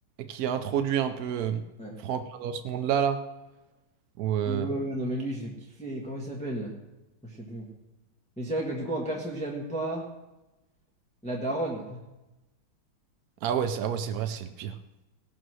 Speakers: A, on the right; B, in the centre.
A: qui a introduit un peu euh,
B: Ouais.
A: Franklin dans ce monde-là, là. Où, euh,
B: Ouais, ouais, non, mais lui, je l'ai kiffé. Comment il s'appelle? là Je sais plus. Mais c'est vrai que du coup, un perso que j'aime pas, la daronne.
A: Ah ouais, c'est ah ouais, c'est vrai, c'est le pire.